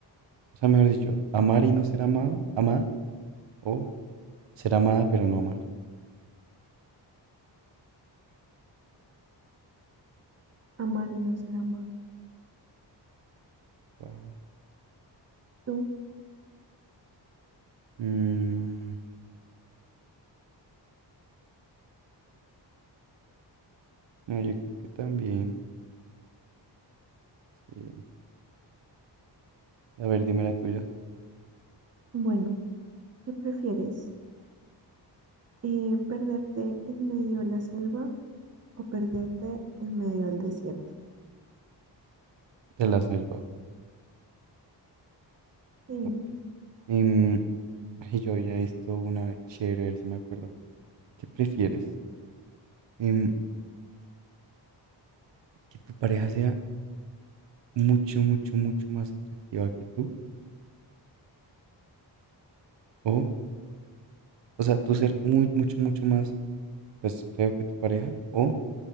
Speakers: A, on the right; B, on the right.
A: O sea, mejor dicho, amar y no ser amado, amada, o ser amada pero no amar.
B: Amar y no ser amado.
A: Wow.
B: ¿Tú?
A: Mm. No, yo creo que también. Sí. A ver, dime la tuya.
B: Bueno, ¿qué prefieres? Eh, ¿perderte en medio de la selva o perderte en medio del desierto?
A: De la selva.
B: Sí,
A: papi. Em, ay, yo había visto una chévere, a ver si me acuerdo. ¿Qué prefieres? Em, ¿que tu pareja sea mucho, mucho, mucho más atractiva que tú? O, o sea, tú ser muy, mucho, mucho más, pues, feo que tu pareja. O,